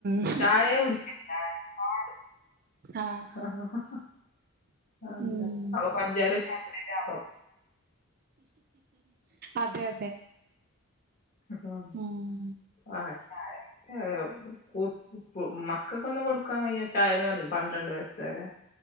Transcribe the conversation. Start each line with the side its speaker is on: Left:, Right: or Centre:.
Right: ഹ്
Left: ചായേ കുടിക്കെല്ലാരും പാട്
Right: ആഹ്
Left: അഹ ഹ ഹാ അതെ
Right: ഉം
Left: അപ്പൊ പഞ്ചാര ചായപ്പൊടി ലാഭം
Right: അതെ അതെ
Left: ഹും
Right: ഉം
Left: അ ചായ ഏ കുട്ടി മക്കൾക്കൊന്നും കൊടുക്കാൻ വയ്യ ചായ ന്ന് പറയും പന്ത്രണ്ട് വയസ് വരെ